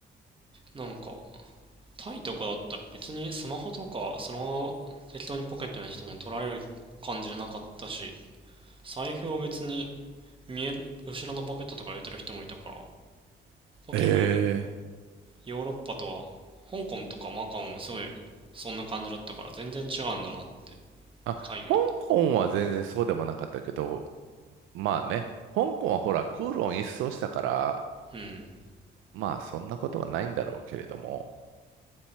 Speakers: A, on the right; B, on the right.
A: なんか、タイとかだったら別にスマホとかそのまま適当にポケットにしても取られる感じじゃなかったし、財布を別に見える、後ろのポケットとか入れてる人もいたから、
B: ええ
A: 結構ヨーロッパとは、香港とかマカオもすごいそんな感じだったから全然違うんだなって、
B: あ、
A: 海外って。
B: 香港は全然そうでもなかったけど、まあね、香港はほら、クーロン一掃したから、
A: うん。
B: まあそんなことはないんだろうけれども、